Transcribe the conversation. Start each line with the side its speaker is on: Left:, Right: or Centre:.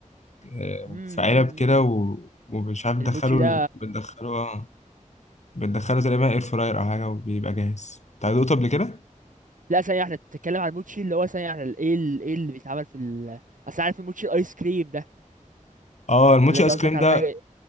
Left: آه،
Right: امم
Left: في علب
Right: امم، امم،
Left: كده
Right: امم.
Left: و... ومش عارف دخلوا
Right: الموتشي ده
Left: ال... بتدخلوا بتدخله تقريبا اير فراير او حاجه وبيبقى جاهز انت دوقته قبل كده
Right: لا ثانية واحدة بتتكلم عن الموتشي اللي هو ثانية واحدة ال- ايه ال- ايه اللي بيتعمل في ال أصل عارف الموتشي الآيس كريم ده
Left: اه الموتشي
Right: ولا أنت
Left: ايس
Right: قصدك
Left: كريم
Right: على
Left: ده
Right: حاجة